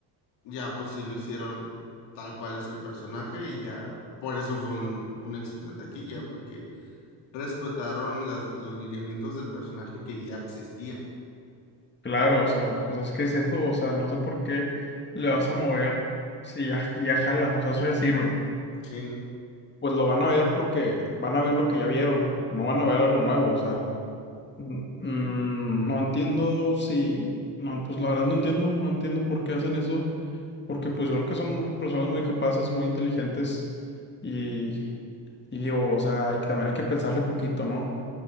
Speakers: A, on the left; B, on the left.
A: Ya, pues sí lo hicieron tal cual es el personaje y ya por eso fue un, un éxito en taquilla, porque respetaron las- los lineamientos del personaje que ya existía.
B: Claro, o sea, pues es que es esto, o sea, no sé por qué le vas a mover si ya, ya jala, o sea, eso ya sirve.
A: Sí,
B: Pues lo van a ver porque van a ver lo que ya vieron, no van a ver algo nuevo, o sea, mm, mm, no entiendo si, no, pues la verdad no entiendo, no entiendo por qué hacen eso, porque pues yo creo que son muy- personas muy capaces, muy inteligentes y, y digo, o sea, hay que- también hay que pensarle poquito, ¿no?